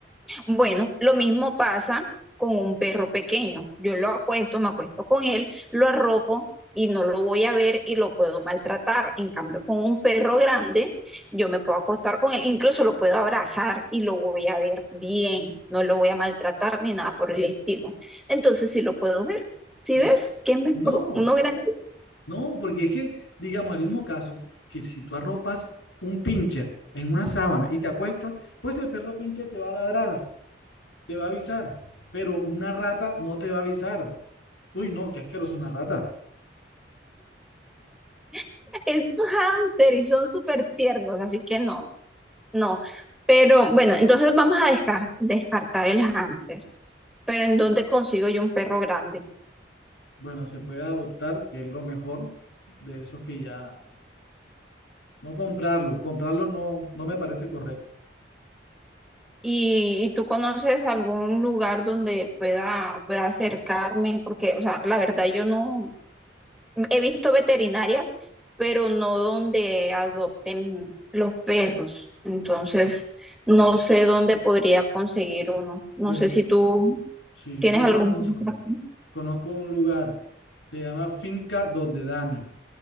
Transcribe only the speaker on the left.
No,
no,
no, porque es que, digamos, el mismo caso, que si tú arropas un pincher en una sábana y te acuestas, pues el perro pincher te va a ladrar, te va a avisar, pero una rata no te va a avisar. Uy, no, qué asqueroso una rata.
Bueno, se puede adoptar, que es lo mejor de esos que ya, no comprarlo, comprarlo no, no me parece correcto.
Pero
sí,
yo
conozco,
conozco un lugar, se llama Finca Donde Dani.